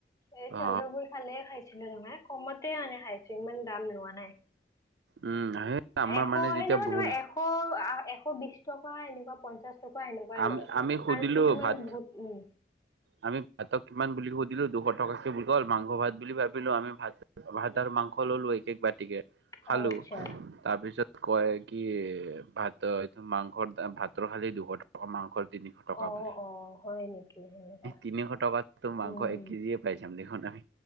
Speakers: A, on the left (about 20°); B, on the right (about 80°).
A: এই চন্দ্ৰপুৰ
B: অ
A: ফালে খাইছিলো তোমাৰ কমত আনে খাইছো ইমান দাম লোৱা নাই।
B: উম সেই আমাৰ
A: এশ
B: মানে
A: সেনেকুৱা
B: তেতিয়া ভুল
A: তোমাৰ এশ, এশ বিশ টকা এনেকুৱা পঞ্চাশ টকা সেনেকুৱাই
B: আমি
A: লয়।
B: আমি সুধিলো
A: আৰু কিছুমানত
B: ভাত
A: বহুত উম
B: আমি ভাতক কিমান বুলি সুধিলো দিলো দুশ টকাকে বুলি ক'ল মাংস ভাত বুলি ভাবিলো আমি ভাত ভাত আৰু মাংস ললো একক বাতিকে খালো
A: অ', আচ্ছা
B: তাৰপিছত কয় কি ভাত এইটো মাংসৰ ভাতৰ খালি দুশ টকা মাংস তিনিশ টকা
A: অ',
B: বুলি,
A: অ', হয় নেকি সেনেকুৱা।
B: তিনিশ টকাততো মাংস
A: উম,
B: এক কেজিয়ে পাই যাম দেখোন আমি।